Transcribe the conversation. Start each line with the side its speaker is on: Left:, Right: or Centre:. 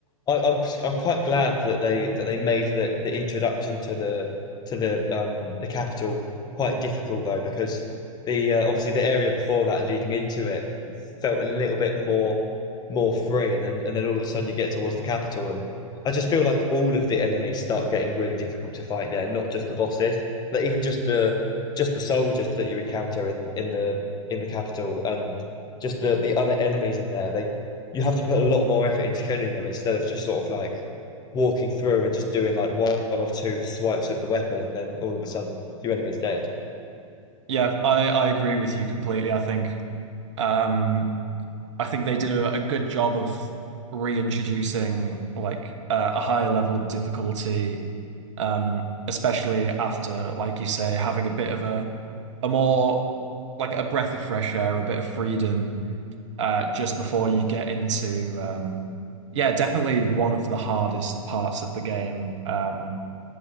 Left: I, I'm I'm quite glad that they that they made the the introduction to the to the um the capital quite difficult though because the uh, obviously the area before that leading into it felt a little bit more more free and then and then all of a sudden you get towards the capital and I just feel like all of the enemies start getting really difficult to fight there, not just the bosses. Like even just the just the soldiers that you encounter in, in the in the capital and just the, the other enemies in there, they you have to put a lot more effort into killing them instead of just sort of like walking through and just doing like one or two swipes of the weapon and then all of a sudden your enemy's dead.
Right: Yeah, I, I agree with you completely. I think um, I think they did a, a good job of reintroducing like uh, a higher level of difficulty, um, especially after, like you say, having a bit of a a more like a breath of fresh air, a bit of freedom uh, just before you get into um, yeah, definitely one of the hardest parts of the game. Um,